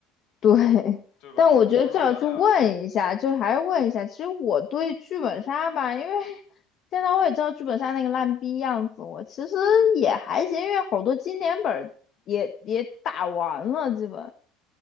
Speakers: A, on the left (about 50°); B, on the left (about 70°).
A: 对，
B: 对吧？
A: 但我觉得最好去问一下，
B: 如果说咱俩现
A: 就是还是问一下。其实我对剧本杀吧，因为 <laughs> 现在我也知道剧本杀那个烂逼样子，我其实也还行，因为好多经典本儿也也打完了，基本